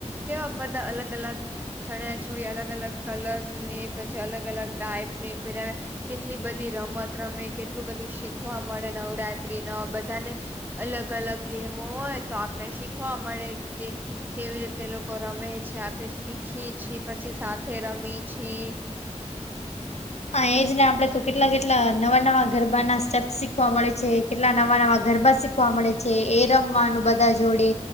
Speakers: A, on the right; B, on the left.
A: કેવા બધા અલગ અલગ ચણિયાચોડી અલગ અલગ કલર્સ ની પછી અલગ અલગ ટાઈપ ની પહેરાવે કેટલી બધી રમત રમે કેટલું બધું શીખવા મળે નવરાત્રી નો બઘ બધાને અલગ અલગ ગેમો હોય તો આપણે મળે કે કેવી રીતે લોકો રમે છે આપે શીખીએ છીએ પછી સાથે રમીએ છીએ
B: હ એજને આપડે તો કેટલા કેટલા નવા નવા ગરબા ના સ્ટેપ્સ શીખવા મળે છે કેટલા નવા નવા ગરબા શીખ વા મળે છે એ રમવાનું બધા જોડે